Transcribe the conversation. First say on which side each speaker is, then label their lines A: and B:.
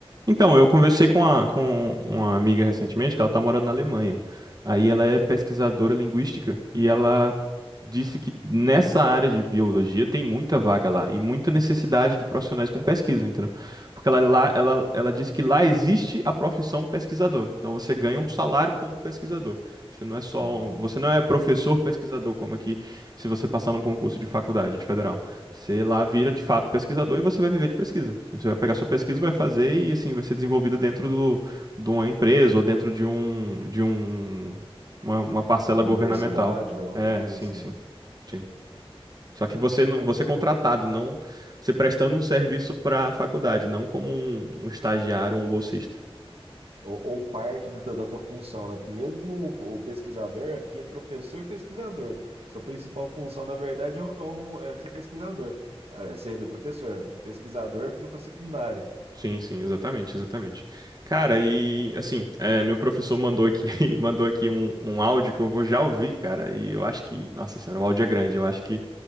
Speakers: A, on the right; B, on the right.
A: Então, eu conversei com, a, com uma amiga recentemente que ela tá morando na Alemanha. Aí ela é pesquisadora linguística e ela disse que nessa área de biologia tem muita vaga lá e muita necessidade de profissionais com pesquisa, entendeu? Porque ela, lá, ela, ela disse que lá existe a profissão pesquisador. Então você ganha um salário como pesquisador. Você não é só
B: Uhum.
A: um, você não é professor pesquisador, como aqui se você passar num concurso de faculdade, de federal. Você lá vira de fato pesquisador e você vai viver de pesquisa. Você vai pegar sua pesquisa, vai fazer e assim vai ser desenvolvido dentro do, de uma empresa ou dentro de um de um uma, uma parcela
B: Uma
A: governamental.
B: universidade, ou
A: É,
B: alguma coisa
A: sim,
B: assim.
A: sim, sim. Só que você não
B: Ah.
A: você é contratado, não você prestando um serviço para a faculdade, não como um, um estagiário ou um bolsista.
B: Ou, ou parte do teu- da tua função, né? Porque mesmo como o, o pesquisador aqui é professor pesquisador, sua principal função, na verdade, é, o- é é ser pesquisador, é ser professor. O pesquisador fica para secundário.
A: Sim, sim, exatamente, exatamente. Cara, e assim, é, meu professor mandou aqui, <laughs> mandou aqui um, um áudio que eu vou já ouvir, cara. E eu acho que, nossa senhora, o áudio é grande. Eu acho que